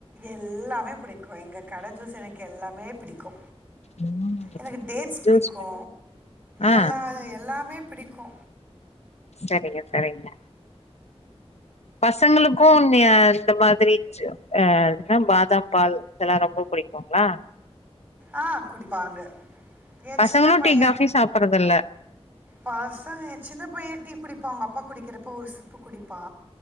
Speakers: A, on the right; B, on the left.
A: எல்லாமே பிடிக்கு எங்க கடை ஜூஸ் எனக்கு எல்லாமே பிடிக்கு
B: ம்
A: எனக்கு டேட்ஸ்
B: ஜூஸ்
A: பிடிக்கு
B: ஆ
A: எல்லா எல்லாமே பிடிக்கு
B: செரிங்க செரிங்க பசங்களுக்கு நீ இந்த மாரி அ என்ன பாதாம் பால் இதெல்லா ரொம்ப புடிக்குங்களா
A: அ குடிப்பாங்க ஏ
B: பசங்களு
A: சின்ன பைய
B: டீ காஃபி சாப்பறது இல்ல
A: பசங்க சின்ன பைய டீ குடிப்பா அவுங்க அப்பா குடிக்கிறப்ப ஒரு சிப்பு குடிப்பா